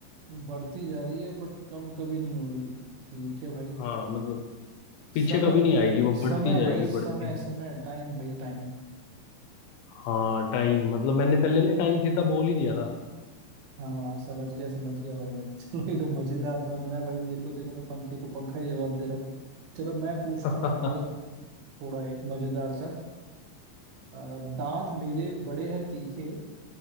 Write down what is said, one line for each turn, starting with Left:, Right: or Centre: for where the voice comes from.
Right: बढ़ती जा रही है बट कम कभी नहीं हो रही है। ठीक है भाई
Left: हाँ मतलब पीछे
Right: समय
Left: कभी नहीं आएगी वो
Right: समय
Left: बढ़ती जाएगी
Right: भाई समय
Left: बढ़ती
Right: समय टाइम भाई टाइम
Left: हाँ टाइम मतलब मैंने पहले ना टाइम सीधा बोल ही दिया था
Right: हाँ समझ गया समझ गया भाई मैं <laughs> चलो ये तो मजेदार था और मैं भाई मेरे को देखो मैं पंखे को पंखा ही जवाब दे रहा हूँ चलो मैं पूछता
Left: <laughs>
Right: हूँ भाई थोड़ा एक मजेदार सा अ, दांत मेरे बड़े हैं तीखे